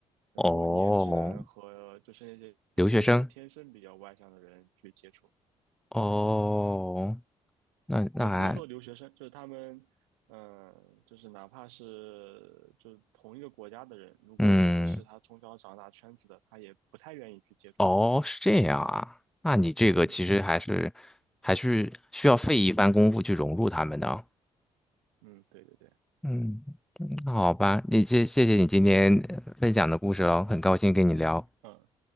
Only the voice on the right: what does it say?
然后你也只能和就是那些性格天生比较外向的人去接触。
也不是说留学生，就是他们，嗯，就是哪怕是就是同一个国家的人，如果你不是他从小长大圈子的，
他也不太愿意去接触你。
嗯嗯，对对对，
嗯，